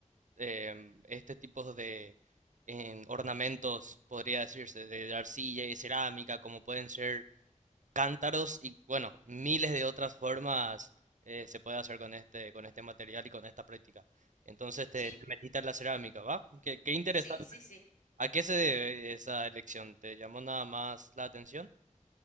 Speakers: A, on the right; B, on the left.
A: em, este tipo de em, ornamentos, podría decirse, de arcilla y cerámica, como pueden ser cántaros y bueno, miles de otras formas eh, se puede hacer con este, con este material y con esta práctica. Entonces te
B: Sí,
A: te metiste en la cerámica, ¿va? Qué, qué interesante.
B: sí, sí, sí.
A: ¿A qué se debe esa elección? ¿Te llamó nada más la atención?